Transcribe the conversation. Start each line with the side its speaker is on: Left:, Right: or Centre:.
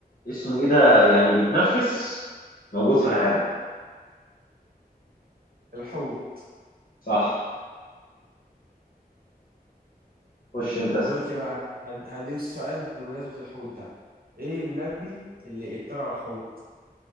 Left: اسمه ايه ده يعني بيتنفس موجود في العالم
Right: الحوت
Left: صح خش انت
Right: طب
Left: اسأل
Right: بقول لك ايه بقى هد- هد- هديك سؤال بمناسبة الحوت ده ايه النبي اللي ابتلع الحوت